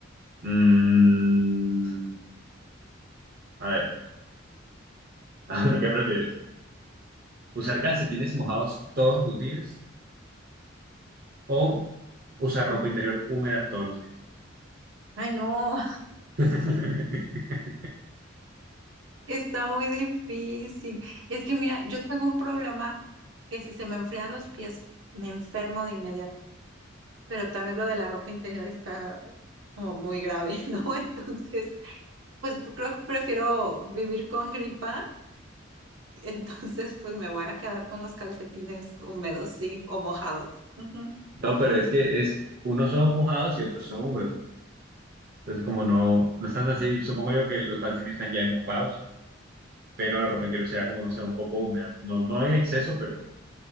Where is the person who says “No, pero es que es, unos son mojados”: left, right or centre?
Right